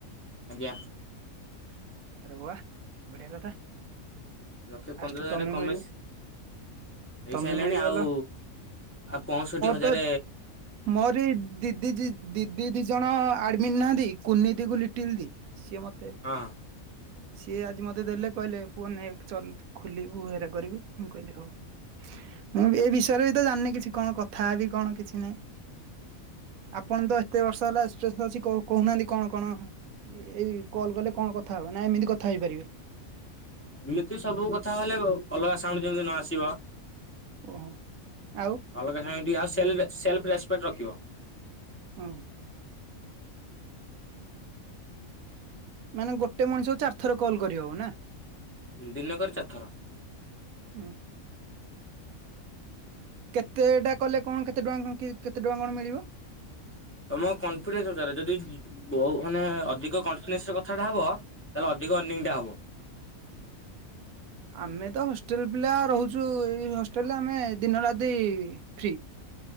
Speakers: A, on the left (about 20°); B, on the right (about 80°).
A: ଆଜ୍ଞା।
B: ଆରେଆ ବଢିଆ କଥା।
A: ଲକ୍ଷେ ପନ୍ଦର
B: ଆଷ୍ଟ
A: ହଜାରରେ
B: ତମେ
A: କମେଇସ
B: ମିଳିବ
A: ହେଇସାରିଲାଣି।
B: ତମେ ମିଳିଗଲ
A: ଆଉ ଆଉ ପଞ୍ଚଷଠି ହଜାର
B: ତ ମୋର ଦିଦି ଦିଦି ଦି ଜଣ ଆଡମିଟ ନାହାନ୍ତି, କୁନି ଦି କୁ ଲିଟିଲିି ଦି। ସିଏ ମତେ
A: ହଁ।
B: ସିଏ ଆଜି ମତେ ଦେଲେ କହିଲେ ପୁଅ ନାଇ ଚଲ ଖୋଲିବୁ ହେରା କରିବୁ, ମୁଁ କହିଲି ହଉ। ମୁଁ ଏ ବିଷୟରେ ବି ତ ଜାଣିନି କିଛି କଣ କଥାବ କଣ କିଛି ନାହିଁ। ଆପଣ ତ ଏତେ ବର୍ଷ ହେଲା ଏ ଅଛି କହୁନାହାନ୍ତି କଣ କଣ ଏଇ କଲ୍ ଗଲେ କଣ କଥା ହବା, ନା ଏମିତି କଥା ହେଇପାରିବେ?
A: ଏମିତି ସବୁ କଥା ହେଲେ ଅଲଗା ସାଉଣ୍ଡ ଯେମିତି ନ ଆସିବ।
B: ଓହୋ, ଆଉ।
A: ଅଲଗା ସମୟତି ଆଉ ସେ ସେଲ୍ ରେସପେକ୍ଟ ରଖିବ।
B: ହଁ। ମାନେ ଗୋଟେ ମଣିଷକୁ ଚାର ଥର କଲ୍ କରି ହବ ନା?
A: ଦିନକର ଚାରଥର।
B: ହୁଁ। କେତେ ଟା କଲେ କଣ କେତେ ଟଙ୍କା କେତେ ଟଙ୍କା କଣ ମିଳିବ?
A: ତମ କନଫିଡେନ୍ସ ଅନୁସାରେ ଯଦି ବହୁ ମାନେ ଅଧିକ କନଫିଡେନ୍ସ ର କଥାଟା ହବ। ତାହେଲେ ଅଧିକ ଅର୍ନିଙ୍ଗ ହବ।
B: ଆମେ ତ ହଷ୍ଟେଲ ପିଲା ରହୁଛୁ ଏଇ ହଷ୍ଟେଲରେ ଆମେ ଦିନ ରାତି ଫ୍ରି।